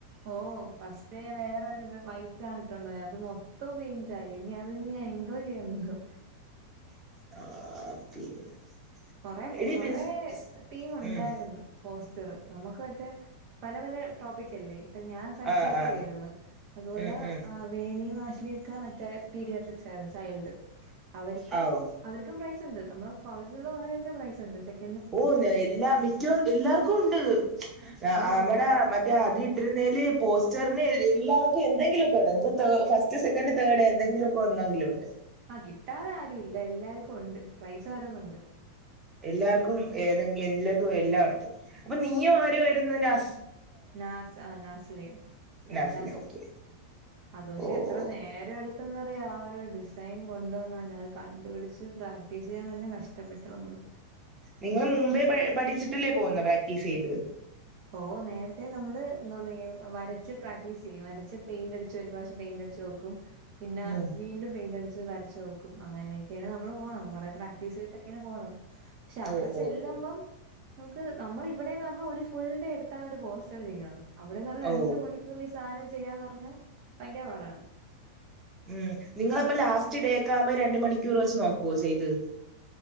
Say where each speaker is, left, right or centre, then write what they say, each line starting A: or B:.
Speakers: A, on the right; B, on the right.
A: ഓ ഫസ്റ്റ് ഞാൻ വേറൊരു വൈറ്റ് ആണിട്ടോണ്ട് പോയെ അത് മൊത്തം പെയിൻ റ്റായി അത് നീ എന്തോ ചെയ്യാന്തോ
B: <inaudible>
A: കൊറെ
B: എടി
A: കൊറേ
B: പിസ്
A: ടീമൊണ്ടായിര്ന്ന്.
B: ഉം
A: പോസ്റ്ററ്. നമക്ക് മറ്റേ പല പല ടോപ്പിക് അല്ലേ ഞാൻ സൈക്യാട്രിയാര്ന്ന്
B: ആ ആ
A: അതുപോലാ
B: ഉം ഉം
A: വേണിയ മാഷിലിയക്ക മറ്റേ പീരിയാഡ്രിക്സ് ആയ്ര്ന്ന് ചൈൽഡ് അവര്ക്കും
B: ആ ഓ
A: അവര്ക്കും പ്രൈസ് ഉണ്ട് നമ്മള് കോളേജിലുള്ള കുറേ പേർക്കും പ്രൈസ് ഒണ്ട് സെക്
B: ഓഹ് എല്ലാ മിക്കവർ എല്ലാർക്കും ഒണ്ട് നമ്മടാ
A: ഓ
B: മറ്റേ അതി രുന്നേല് പോസ്റ്ററിന് എല്ലാർക്കും എന്തെങ്കിലും ഒക്കെ ഒണ്ടന്ന് ഇത് തേ ഫസ്റ്റ് സെക്കൻഡ് തേഡ് എന്തെങ്കിലും ഒന്നെങ്കിലും ഒണ്ട്
A: ആ കിട്ടാതെ ആരുല്ല എല്ലാർക്കും ഒണ്ട് പ്രൈസ് ഓരോന്ന് ഉണ്ട്
B: എല്ലാർക്കും ഏതെങ്കി എല്ലതും എല്ലാ ഒണ്ട് അപ്പൊ നീയും ആരുവായിര്ന്ന് ലാസ്സ്
A: നാസ് ആ നാസിലേ ഞാൻ
B: നാസില
A: നാസ്ലെ
B: ഓക്കെ
A: അത് പക്ഷെ
B: ഓ
A: എത്ര
B: ഓ
A: നേരെട് ത്തെന്നറിയാവാ ഒരു ഡിസൈൻ കൊണ്ടുവന്ന് അത് കണ്ടുപിടിച്ച് പ്രാക്ടീസ് ചെയ്യാൻ തന്നെ കഷ്ടപ്പെട്ടു നമ്മള്.
B: നിങ്ങള് മുമ്പേ പഠിച്ചിട്ടില്ലേ പോകുന്ന പാക്ടീസെയ്ത്
A: ഓ നേരത്തെ നമ്മള് എന്തോന്ന് എയ്യും വരച്ച് പ്രാക്ടീസ്യെയ്യും വരച്ച് പെയിന്റ് അടിച്ച് ഒരു പ്രാവശ്യം പെയിന്റ്ടിച്ച് നോക്കും ക്കും പിന്നാ
B: ഉം
A: വീണ്ടും പെയിന്റ് അടിച്ച് വരച് ച്ചോക്കും അങ്ങനേക്കെയാണ് നമ്മള് പോണത്. കൊറേ പ്രാക്ടീസ് ചെയ്ട്ടൊക്കെയാണ് പോണത്. പക്ഷെ അവിടെ
B: ഓ ഓ
A: ചെല്ലുമ്പം
B: ഓ
A: നമുക്ക് നമ്മള് ഇവിടേന്ന് പറ്ഞ്ഞ ഒരു ഫുൾ ഡേ എടുത്താണ് ഒരു പോസ്റ്റർ ചെയ്യണത്. അവിടേന്ന് പറഞ്ഞാ
B: ഓ
A: രണ്ട് മണിക്കൂറിൽ ഈ സാനം ചെയ്യാന്ന് പറഞ്ഞാൽ ഭയങ്കര പാടാണ്.
B: ഉം നിങ്ങളപ്പ ലാസ്റ്റ് ഡേ ക്കാവുമ്പ രണ്ട് മണിക്കൂർ വെച്ച് നോക്കുവോ ചെയ്ത്